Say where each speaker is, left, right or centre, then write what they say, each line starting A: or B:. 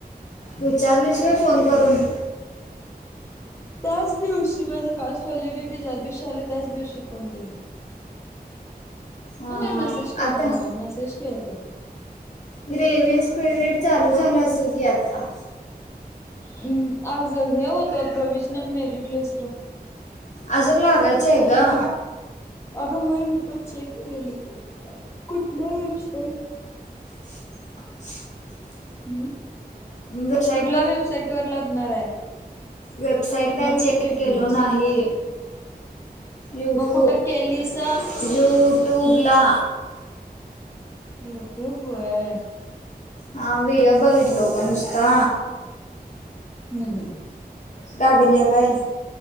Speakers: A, on the left; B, on the left.
A: विचारलीस व्हय फोन करून?
B: त्याच दिवशी, माझी कास्ट व्हॅलिडिटी ज्या दिवशी आली त्याच दिवशी फोन केला.
A: हा हा
B: मेसेज केलतो
A: आता
B: हा मेसेज केलतो.
A: ग्रेव्हीअन्स पिरियड चालू झाला असेल की आता?
B: हम् आज हे होतं, प्रोविजनल मेरिट लिस्ट.
A: अजून लागायची आहे का?
B: अगं होय मी पण चेक केलं, कुठल्या वेबसाईट
A: <inaudible>
B: ऊ
A: वेबसाईट
B: कुठल्या वेबसाईट वर लागणार आहे?
A: वेबसाइट काय
B: मग कुठे
A: चेक केलो
B: केलीस
A: नाही. यूट्यूब!
B: मग कुठं केलीस
A: यूट्यूबला.
B: युट्यूब व्हय!
A: हा व्हिडिओ बघितलो पण नुसता.
B: हम्म हम्म
A: दाबेल्या काय?